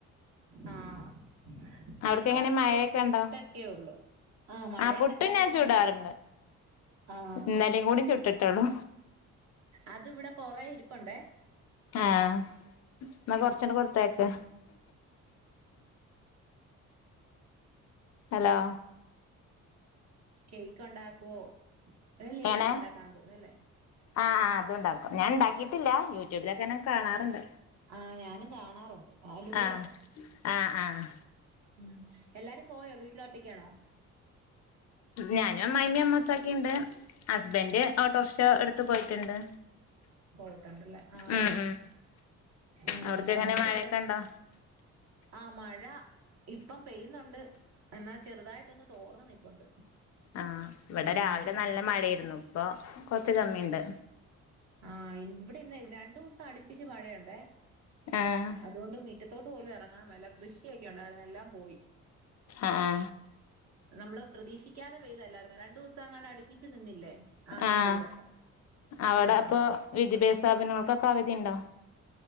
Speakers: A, on the right; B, on the left.
A: ആഹ്
B: അവിടക്ക്
A: ഞങ്ങള്
B: എങ്ങനെ
A: അതുകൊണ്ട്
B: മഴയൊക്കെ
A: പുട്ട്
B: ഉണ്ടോ
A: ഒക്കെ ഉള്ളു ആഹ് മഴയത്തൊക്കെ
B: ആ പുട്ടും
A: അത്
B: ഞാൻ
A: കൊണ്ടേ
B: ചൂടാറുണ്ട്
A: ആഹ്
B: ഇന്നലെയും കൂടി ചുട്ടിട്ടുള്ളൂ
A: അത് ഇവിടെ കൊറെ ഇരിപ്പുണ്ടേ
B: ആഹ് എന്നാ കൊറച്ച്ണ്ട് കൊടുത്ത് അയക്ക് ഹലോ
A: കേക്ക് ഒണ്ടാക്കുവോ ഈ ലഡു
B: എങ്ങനെ
A: ഒണ്ടാക്കാൻ തോന്നല്ലേ
B: ആഹ് ആഹ് അതും ഉണ്ടാക്കും ഞാൻ ഒണ്ടാക്കിയിട്ടില്ല യൂ ട്യൂബില് ഒക്കെ ഞാൻ കാണാറ്ണ്ട്
A: ആ ഞാനും കാണാറുണ്ട് അലുവയൊക്കെ
B: ആഹ് ആ ആഹ്
A: ഉം, എല്ലാരും പോയോ വീട്ടിലോറ്റക്കാണോ
B: ഞാനും അമ്മായിമ്മയും, അമ്മോൻസാക്കിണ്ട് ഹസ്ബന്റ് ഓട്ടോ റിഷോ എടുത്ത് പോയിട്ടുണ്ട്
A: പോയിട്ട്ണ്ടല്ലേ ആഹ്
B: ഉം ഉം
A: ഉം
B: അവിടക്ക്
A: ഞങ്ങക്ക്
B: എങ്ങനെ മഴയൊക്കെ
A: ഇവിടെ
B: ഉണ്ടോ
A: ആ മഴ ഇപ്പം പെയ്യുന്നുണ്ട് എന്നാ ചെറുതായിട്ടൊന്ന് തോർന്ന് നിപ്പുണ്ട്
B: ആഹ് ഇവിടെ
A: ഉം
B: രാവിലെ നല്ല മഴയിരുന്നു ഇപ്പൊ കൊറച്ച് കമ്മിയുണ്ട്
A: ആഹ് ഇവിടെ ഇന്ന് രണ്ടു ദിവസം അടുപ്പിച്ച് മഴയുണ്ടേ
B: ആഹ്
A: അതുകൊണ്ട് മീറ്റത്തോട്ട് പോലും ഇറങ്ങാൻ മേല കൃഷിയൊക്കെ ഉണ്ടായിരുന്നു എല്ലാം പോയി
B: ആഹ് ആ
A: നമ്മള് പ്രതീക്ഷിക്കാതെ പെയ്തല്ലായിര്ന്നോ രണ്ടു ദിവസം അങ്ങാണ്ട് അടിപ്പിച്ച് നിന്നില്ലേ ആദ്യം
B: ആഹ്
A: പെയ്തപ്പോ
B: അവിടെ
A: ആ
B: അപ്പൊ വിദ്യാഭ്യാസ സ്ഥാപനങ്ങൾക്കൊക്കെ അവധി ഉണ്ടോ